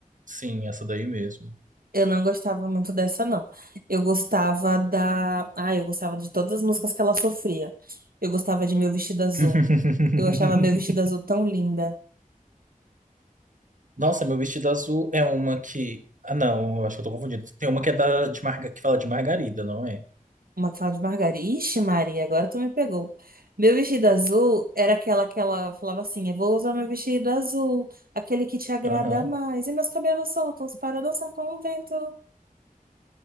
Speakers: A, on the right; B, on the right.
A: sim, essa daí mesmo.
B: Eu não gostava muito dessa, não. Eu gostava da. Ah, eu gostava de todas as músicas que ela sofria. Eu gostava de Meu Vestido Azul.
A: <laughs>
B: Eu achava Meu Vestido Azul tão linda.
A: Nossa, meu vestido azul é uma que. Ah, não, eu acho que eu tô confundindo. Tem uma que é da, de marga... que fala de margarida, não é?
B: Uma que fala de Margarida. Ixi, Maria, agora tu me pegou. Meu Vestido Azul era aquela que ela falava assim: Eu vou usar meu vestido azul, aquele que te agrada
A: Aham.
B: mais. E meus cabelos soltos para dançar com o vento.